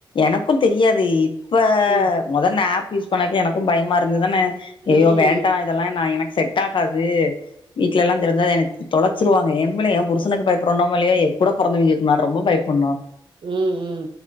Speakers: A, on the left; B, on the right.
A: எனக்கும் தெரியாது இப்ப
B: ம்
A: மொத இந்த ஆப் யூஸ் பண்ணக்கே எனக்கும் பயமா இருந்து தானே ஐயோ
B: ம்
A: வேண்டா இதெல்லா நா எனக்கு செட் ஆகாது வீட்லலா தெரிஞ்சா எனக் தொலச்சிருவாங்க எம்முல ஏ புருஷனுக்கு பயப்புறோனோமோ இல்லயோ ஏ கூடப் பொறந்தவங்களுக்கு நா ரொம்போ பயப்புட்னு
B: ம் ம் ம்